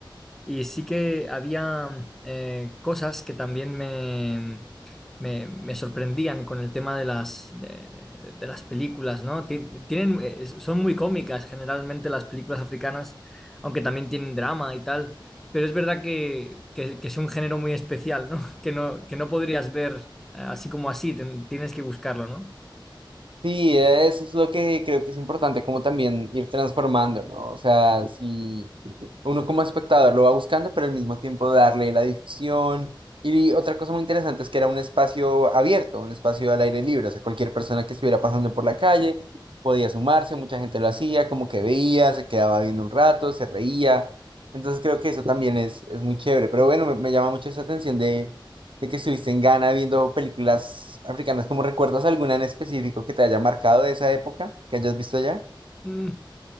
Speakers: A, in the centre; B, on the right.
A: y sí que había eh, cosas que también me, me, me sorprendían con el tema de las, de, de- de las películas, ¿no? Ti- Tienen, eh, son muy cómicas generalmente las películas africanas, aunque también tienen drama y tal, pero es verdad que, que- que es un género muy especial, ¿no? <laughs> Que no, que no podrías ver eh, así como así, ten- tienes que buscarlo, ¿no?
B: Sí, eso es lo que creo que es importante, como también ir transformando, ¿no? O sea, si uno como espectador lo va buscando, pero al mismo tiempo darle la difusión. Y otra cosa muy interesante es que era un espacio abierto, un espacio al aire libre, o sea, cualquier persona que estuviera pasando por la calle podía sumarse, mucha gente lo hacía, como que veía, se quedaba viendo un rato, se reía. Entonces creo que eso también es, es muy chévere, pero bueno, me, me llama mucho esa atención de de que estuviste en Ghana viendo películas africanas, ¿cómo recuerdas alguna en específico que te haya marcado de esa época que hayas visto allá?
A: Mm,